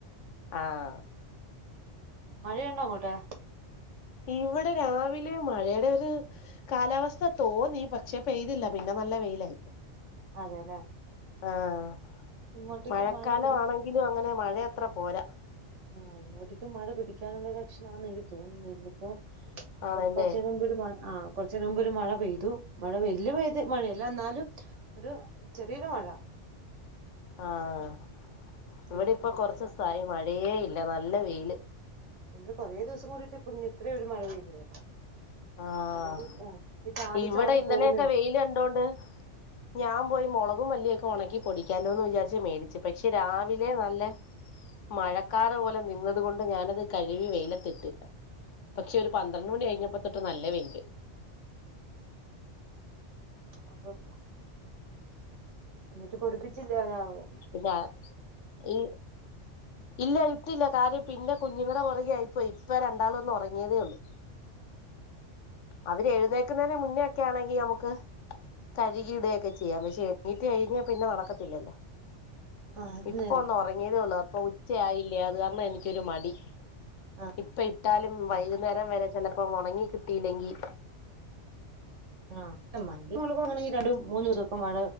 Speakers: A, on the left (about 80°); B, on the right (about 75°).
A: ആഹ്
B: മഴയുണ്ടോ അങ്ങോട്ട്‌
A: ഇവിടെ രാവിലെ മഴയുടെ ഒരു കാലാവസ്ഥ തോന്നി പക്ഷെ പെയ്തില്ല പിന്നെ നല്ല വെയിലായി
B: അതെല്ലേ
A: ആഹ്
B: ഇങ്ങോട്ടേക്ക്
A: മഴക്കാലം
B: മഴ പിടി
A: ആണെങ്കിലും അങ്ങനെ മഴയത്ര പോരാ
B: ആഹ് ഇങ്ങോട്ടേക്ക് മഴ പിടിക്കാനുള്ള ലക്ഷണംന്ന് എനിക്ക് തോന്നുന്ന ഇന്നിപ്പോ
A: ആണല്ലേ
B: കൊറച്ച് കഴിയമ്പം ആഹ് കുറച്ചു നേരം മുമ്പ് ഒരു മഴ പെയ്തു മഴ ബല്യ പെയ്ത് മഴല്ല എന്നാലും ഒരു ചെറിയൊരു മഴ
A: ആഹ്
B: പിന്നെ
A: ഇവിടെ ഇപ്പൊ
B: ഇനിയിപ്പോ
A: കുറച്ചസായി മഴേ ല്ല നല്ല വെയില്
B: ഇത് കൊറെ ദിവസം കൂടിട്ട് ഇപ്പം ഇത്ര ഒരു മഴ പെയ്തത്
A: ആഹ്
B: അല്ലെങ്കിൽ ആ ഇത് ചാറി
A: ഇവിടെ
B: ചാറി
A: ഇന്നലെയൊക്കെ
B: പോകുന്നു
A: വെയില് കണ്ടോണ്ട് ഞാൻ പോയി മുളകും മല്ലിയ ഉണക്കി പൊടിക്കാലോന്ന് വിചാരിച്ച് മേടിച്ചു പക്ഷെ രാവിലെ നല്ല മഴക്കാറ് നിന്നത് കൊണ്ട് ഞാനത് കഴുകി വെയിലത്തിട്ടില്ല പക്ഷെ ഒരു പന്ത്രണ്ട് മണി കഴിഞ്ഞപ്പോ ത്തൊട്ട് നല്ല വെയില്
B: അപ്പം എന്നിട്ട് പൊടിപ്പിച്ചില്ല അതാവോ
A: പിന്നെ ഈ ഇല്ല ഇട്ടില്ല കാര്യം പിന്നെ കുഞ്ഞുങ്ങളുടെ പുറകെ ആയിപ്പോയി ഇപ്പ രണ്ടാളും ഒന്ന് ഉറങ്ങിയതേ ഉള്ളൂ അവര് എഴുന്നേക്കുന്നതിന് മുന്നേ ഒക്കെ ആണെങ്കി നമുക്ക് കഴുകി ഇടുകയൊക്കെ ചെയ്യാം പക്ഷെ എണീറ്റ് കഴിഞ്ഞാൽ പിന്നെ നടക്കത്തില്ലല്ലോ
B: ആ അത്
A: ഇപ്പൊ
B: നേരാ
A: ഒന്ന് ഉറങ്ങിയതേ ഉള്ളൂ അപ്പൊ ഉച്ചയായില്ലേ അത് കാരണം എനിക്കൊരു മടി
B: ആ
A: ഇപ്പം ഇട്ടാലും വൈകുന്നേരം
B: ആ
A: വരെ ചിലപ്പോ ഉണങ്ങി കിട്ടിയില്ലെങ്കി
B: ആ ആ മല്ലിയും മുളകും അങ്ങനെ രണ്ട് മൂന്ന് ദിവസൊക്കെ മഴ